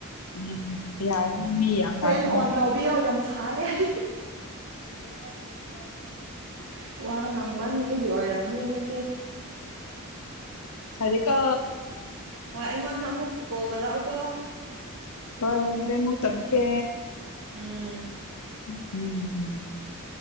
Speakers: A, on the left (about 80°); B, on the right (about 65°).
A: ꯎꯝ ꯌꯥꯔꯅꯤ ꯃꯤ ꯌꯥꯝ
B: ꯐꯦꯟ
A: ꯂꯥꯛꯀꯅꯤ
B: ꯑꯣꯟ ꯇꯧꯕꯤꯑꯣ ꯍꯥꯏ <unintelligible> ꯋꯥ ꯉꯥꯡꯃꯟꯕꯒꯤ ꯑꯣꯏꯔꯝꯅꯦ ꯉꯁꯤ
A: ꯐꯔꯦ ꯀꯣ
B: ꯍꯣꯏ ꯑꯩꯉꯣꯟꯗ ꯑꯃꯨꯛ ꯀꯣꯜ ꯇꯧꯔꯛꯑꯣꯀꯣ
A: ꯍꯣꯏ ꯍꯣꯔꯦꯟꯃꯨꯛ ꯇꯧꯔꯛꯀꯦ
B: ꯎꯝ
A: ꯎꯝ ꯎꯝ